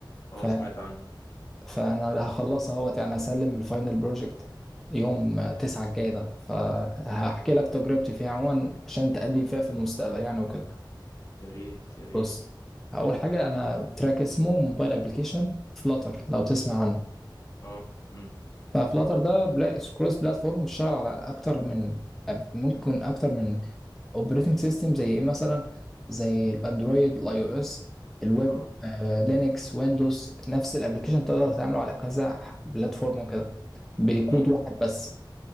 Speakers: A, on the left; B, in the centre.
A: اه
B: ف...
A: سمعت عنه
B: فأنا اللي هخلصها اهوت يعني هسلم الفاينل بروجكت يوم تسعة الجاي ده فهحكي لك تجربتي فيها عموما عشان تقدم فيها في المستقبل يعني وكده
A: يا ريت يا ريت
B: بص أول حاجة أنا تراك اسمه موبايل أبليكيشن فلاتر لو تسمع عنه
A: اه امم
B: ففلاتر ده بلا... كروس بلاتفورم بيشتغل على أكتر من أب- ممكن أكتر من اوبريتنج سيستم زي ايه مثلا زي الاندرويد الاي او اس الويب
A: اه
B: آه، لينكس ويندوز نفس الابلكيشن تقدر تعمله على كذا بلاتفورم وكده بكود
A: امم
B: واحد بس